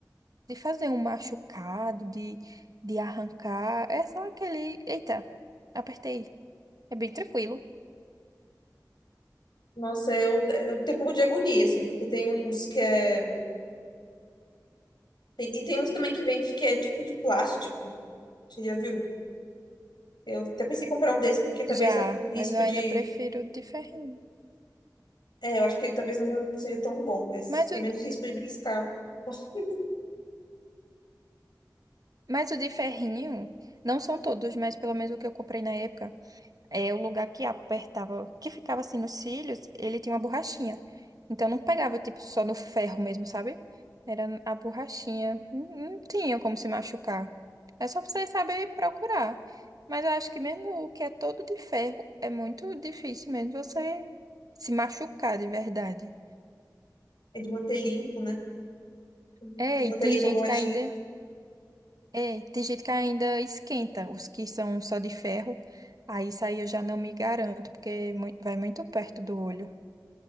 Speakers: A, on the right; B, on the left.
A: de fazer um machucado, de, de arrancar, é só aquele, eita, apertei. É bem tranquilo.
B: Nossa, eu, eu tenho um pouco de agonia, assim, porque tem uns que é. tem- e tem uns também que vende que é tipo de plástico. Você já viu? Eu até pensei em comprar um desse, porque talvez
A: Já,
B: a- o risco
A: mas eu ainda
B: de.
A: prefiro o de ferrinho.
B: É, eu acho que ele talvez não seja tão bom, mas
A: Mas
B: tem
A: o,
B: menos risco de beliscar. <laughs>
A: mas o de ferrinho, não são todos, mas pelo menos o que eu comprei na época. é, o lugar que apertava, que ficava assim nos cílios, ele tinha uma borrachinha. Então não pegava tipo só no ferro mesmo, sabe? Era a borrachinha. Não, não tinha como se machucar. É só você saber procurar. Mas eu acho que mesmo o que é todo de ferro, é muito difícil mesmo você se machucar de verdade.
B: É de manter limpo, né? Tem
A: É,
B: que
A: e
B: manter
A: tem
B: limpo
A: gente
B: a borrachinha.
A: que ainda, é, tem gente que ainda esquenta os que são só de ferro. Aí isso aí eu já não me garanto, porque mui- vai muito perto do olho.